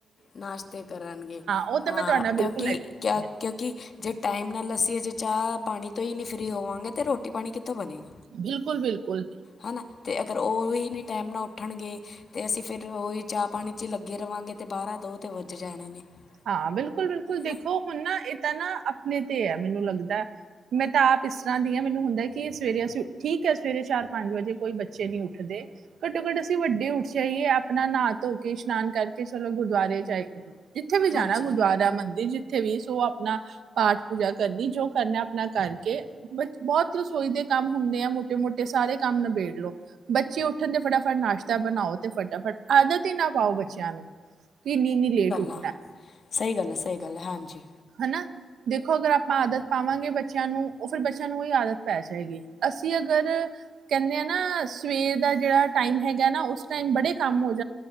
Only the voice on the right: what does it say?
ਉਹ ਤਾਂ
ਮੈਂ ਤੁਹਾਡੇ ਨਾਲ ਬਿਲਕੁਲ
ਐਗਰੀ
ਹਾਂ,
ਬਿਲਕੁਲ ਬਿਲਕੁਲ।
ਹਾਂ ਬਿਲਕੁਲ ਬਿਲਕੁਲ, ਦੇਖੋ
ਹੁਣ ਨਾ ਏ ਤਾਂ ਨਾ ਅਪਣੇ ਤੇ ਐ ਮੈਨੂੰ ਲੱਗਦੈ। ਮੈਂ ਤਾਂ ਆਪ ਇਸ ਤਰ੍ਹਾਂ ਦੀ ਹਾਂ ਮੈਨੂੰ ਹੁੰਦਾ ਕਿ ਸਵੇਰੇ ਅਸੀਂ ਉ--ਠੀਕ ਹੈ ਸਵੇਰੇ ਚਾਰ ਪੰਜ ਵਜੇ ਕੋਈ ਬੱਚੇ ਨੀ ਉੱਠਦੇ। ਘੱਟੋ ਘੱਟ ਅਸੀਂ ਵੱਡੇ ਉੱਠ ਜਾਈਏ, ਆਪਣਾ ਨਾ ਧੋ ਕੇ ਇਸ਼ਨਾਨ ਕਰਕੇ ਚਲੋ ਗੁਰਦੁਆਰੇ ਜਾਈ ਥੇ ਵੀ ਜਾਣੈ
ਗੁਰਦੁਆਰਾ ਮੰਦਿਰ ਜਿਥ ਥੇ ਵੀ ਸੋ ਆਪਣਾ ਪਾਠ ਪੂਜਾ ਕਰਨੀ ਜੋ ਕਰਨਾ ਅਪਣਾ ਕਰਕੇ ਬਚ ਬੌਤ ਰਸੋਈ ਦੇ ਕੰਮ ਹੁੰਦੇ ਆ ਮੋਟੇ ਮੋਟੇ ਸਾਰੇ ਕੰਮ ਨਬੇੜ ਲੋ, ਬੱਚੇ ਉੱਠਣ ਤੇ ਫਟਾਫਟ ਨਾਸ਼ਤਾ ਬਣਾਓ, ਤੇ ਫਟਾਫ ਫਟ ਆਦਤ ਹੀ ਨਾ ਪਾਓ ਬੱਚਿਆਂ ਨੂੰ ਕਿ ਇੰਨੀ ਇੰਨੀ ਲੇਟ ਉੱਠ
ਹਨਾ। ਦੇਖੋ ਅਗਰ ਆਪਾਂ ਆਦਤ ਪਾਵਾਂਗੇ ਬੱਚਿਆਂ ਨੂੰ ਓਹ ਫਿਰ ਬੱਚਿਆਂ ਨੂੰ ਓਹੀ ਆਦਤ ਪੈ ਜਏਗੀ। ਅਸੀਂ ਅਗਰ ਕਹਿੰਦੇ ਆ ਨਾ ਸਵੇਰ ਦਾ ਜਿਹੜਾ ਟਾਈਮ ਹੈਗਾ ਨਾ ਉਸ ਟਾਈਮ ਬੜੇ ਕੰਮ ਹੋ ਜਾ